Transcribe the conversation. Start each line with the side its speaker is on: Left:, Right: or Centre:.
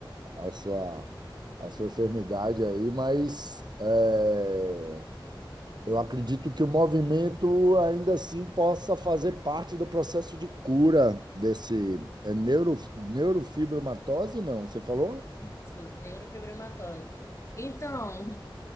Right: a, a, sua, a sua enfermidade aí, mas eh, eu acredito que o movimento ainda assim possa fazer parte do processo de cura desse é neuro, neurofibromatose, não? Você falou?
Left: Sou neurofibromatose. Então.